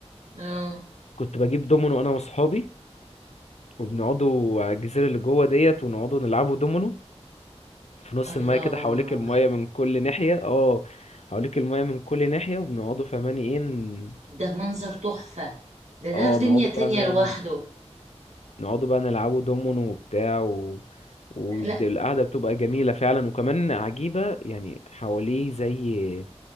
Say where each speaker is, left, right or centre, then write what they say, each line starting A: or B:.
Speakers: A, on the right; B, on the left.
A: اه
B: كنت بجيب دومينو أنا وأصحابي وبنقعدوا على الجزيرة اللي جوه ديت ونقعدوا نلعبوا دومينو في نص
A: الله
B: المايه كده حواليك المايه من كل ناحية اه حواليك المايه من كل ناحية وبنقعدوا فهماني ايه ن-
A: ده منظر تحفة ده ده
B: اه
A: في دنيا
B: نقعدوا
A: تانية
B: بقى ن-
A: لوحده
B: نقعدوا بقى نلعبوا دومينو وبتاع و... والقعدة
A: لا
B: بتبقى جميلة فعلا وكمان عجيبة يعني حواليه زي